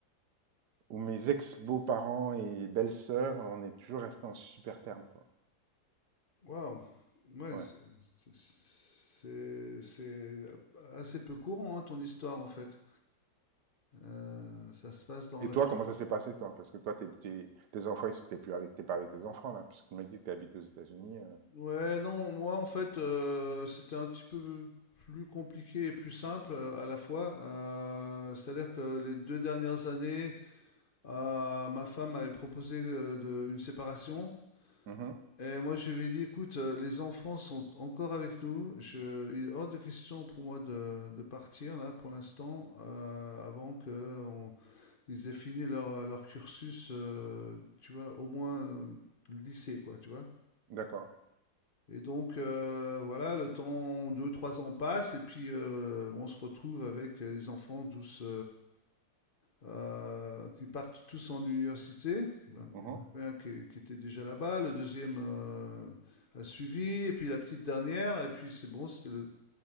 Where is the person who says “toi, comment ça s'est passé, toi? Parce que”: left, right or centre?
Right